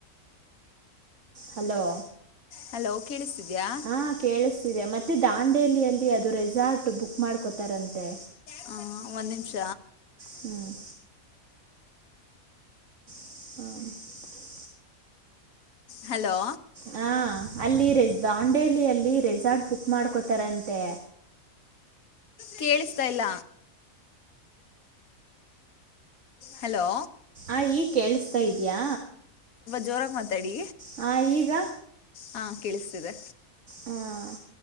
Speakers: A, on the right; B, on the left.
A: ಹಲೋ
B: ಹಲೋ ಕೇಳಿಸ್ತಿದ್ಯಾ
A: ಹಾ ಕೇಳಿಸ್ತಿದೆ ಮತ್ತೆ ದಾಂಡೇಲಿಯಲ್ಲಿ ಅ ಇದು ರೆಸಾರ್ಟ್ ಬುಕ್ ಮಾಡ್ಕೊತಾರಂತೆ
B: ಹ ಒಂದ್ ನಿಮಿಷ
A: ಹ್ಮ್ <inaudible>
B: ಹಲೋ
A: ಹ ಅಲ್ಲಿ ದಾಂಡೇಲಿಯಲ್ಲಿ ರೆಸಾರ್ಟ್ ಬುಕ್ ಮಾಡ್ಕೋತಾರಂತೆ
B: ಕೇಳಿಸ್ತಾ ಇಲ್ಲ ಹಲೋ
A: ಆ ಈಗ್ ಕೇಳಸ್ತಾ ಇದ್ಯಾ
B: ಜೋರಾಗ ಮಾತಾಡಿ
A: ಹ ಈಗ
B: ಹಾ ಕೇಳಿಸ್ತಿದೆ
A: ಹ್ಮ್